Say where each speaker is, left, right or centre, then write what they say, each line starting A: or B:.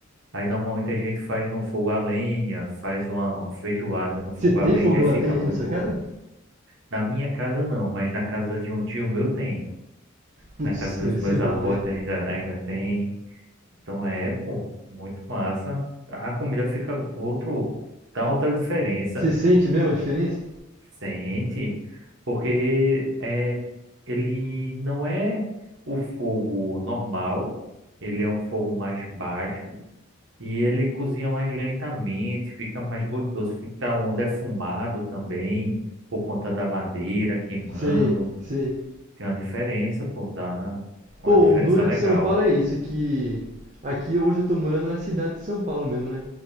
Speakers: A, on the right; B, on the right.
A: aí normalmente a gente faz no fogo a lenha, faz uma feijoada no
B: Você
A: fogo
B: tem
A: a lenha,
B: fogão
A: aí fica
B: a lenha aí
A: muito
B: na sua
A: bom.
B: casa?
A: Na minha casa não, mas na casa de um tio meu tem.
B: Putz,
A: Na casa dos
B: deve
A: meus
B: ser bom,
A: avós
B: né?
A: ainda, ainda tem. Então é, pô, muito massa. A comida fica outro, dá outra diferença.
B: Você sente mesmo a diferença?
A: Sente, porque é, ele não é o fogo normal, ele é um fogo mais baixo e ele cozinha mais lentamente, fica mais gostoso, fica um defumado também, por conta da madeira queimando.
B: Sei, sei.
A: Tem uma diferença, pô, dá uma
B: Pô,
A: diferença
B: o duro
A: legal.
B: de São Paulo é isso, que aqui hoje eu tô morando na cidade de São Paulo mesmo, né?